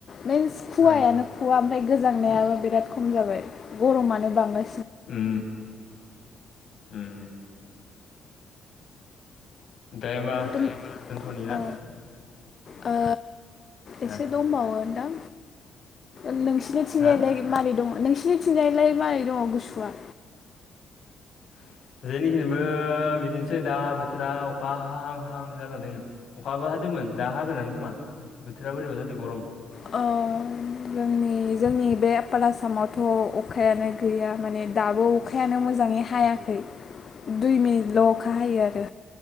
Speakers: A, on the left (about 45°); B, on the left (about 65°).
A: मिन्स खुवायानो
B: ओ
A: खुवा माने गोजांनायाबो बिराद खम जाबाय गरमानो बांनाय
B: उम उम दे होमबा
A: दङ
B: दोनथ'नि ना
A: अ ओ एसे
B: दे
A: दंबावो। दां नोंसिनिथिंजायलाय
B: हा
A: मारै दंङ नोंसिनि थिंजायलाय मारै दङ गुसुआ
B: <unintelligible> जोंनिथिंबो बिदिनोसै दा बोथोरा अखा हाहां हाहां जाना दोंङो अखाबो हादों मोन दा हागोनानो खोमा बोथोरा बोरैबा जादों गरम।
A: ओ जोंनि जोंनि बे आपार आसामावथ' अखायानो गैया माने दाबो अखायानो मोजाङै हायाखै।
B: <inaudible>
A: दुइ मिनिटल' अखा हायो आरो